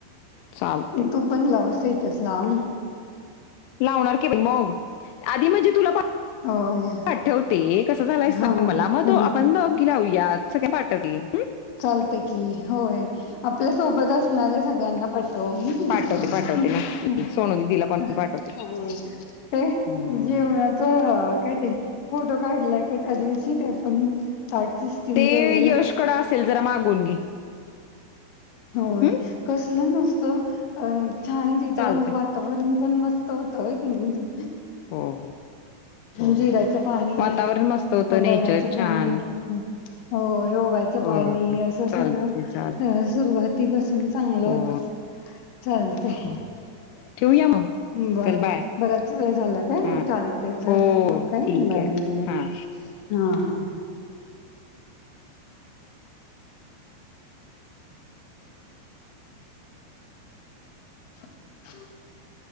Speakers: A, on the left (about 85°); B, on the left (about 60°).
A: चालतंय
B: तू पण लाव स्टेटस लाव.
A: लावणार की बाई, मग आधी म्हणजे तुला-
B: होय
A: पाठवते कसं झालंय सांग
B: हा
A: मला मग
B: हा
A: तो आपण दोघी लावूयात सगळ्या पाठवतील
B: चालत की होय! आपल्या सोबत असणारे सगळ्यांना पाठव. हुं
A: पाठवते पाठवते नक्की सोनू दिदीला पण
B: हं
A: पाठवते
B: ते
A: हम्म.
B: जेवणाचं काय ते- फोटो काढला का त्या दिवशी ते पण पार्टी थीम
A: ते
B: जमवलेला.
A: यशकडं असेल जरा मागून घे-
B: होय,
A: हं?
B: कसलं मस्त! अ छान तिथ
A: चालतंय
B: वातावरण पण मस्त होत होय कणी
A: हो हो हो
B: जिर्याच पाणी
A: वातावरण मस्त होतं नेचर
B: दाण्याचं पाणी-
A: छान
B: होय ओव्याचं पाणी
A: हो
B: असं
A: चालते
B: सगळं-
A: चालते
B: अं सुरुवातीपासून चांगलं
A: हो
B: होत. चालतय
A: हो ठेवूया मग.
B: बरं
A: चल बाय
B: बराच वेळ झाला काय?
A: हा
B: चालतय -चालतय
A: हो
B: ठेऊ काय
A: ठीक
B: बाय
A: आहे
B: गुड नाईट.
A: हा
B: हां -हां <unintelligible>